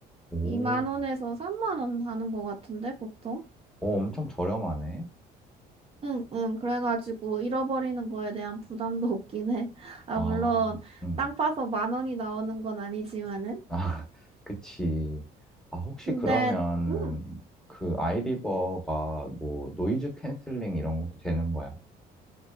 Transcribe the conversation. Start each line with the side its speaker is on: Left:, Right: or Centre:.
Centre: 오,
Right: 2만 원에서 3만 원 하는 것 같은데, 보통?
Centre: 오, 엄청 저렴하네.
Right: 응, 응, 그래가지고 잃어버리는 거에 대한 부담도 <laughs> 없긴 해. 아,
Centre: 아,
Right: 물론,
Centre: 응.
Right: 땅 파서 만 원이 나오는 건 아니지만은.
Centre: 아, <laughs> 그치. 아, 혹시
Right: 근데,
Centre: 그러면은
Right: 음,
Centre: 그 아이리버가 뭐 노이즈 캔슬링 이런 것도 되는 거야?